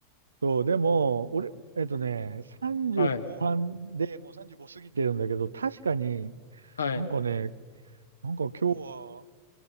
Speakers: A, on the right; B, on the left.
A: そう、でも、俺、えっとね、30後半でもう35過ぎてるんだけど、
B: はい。
A: 確かに
B: はい。
A: なんかね、なんか今日は、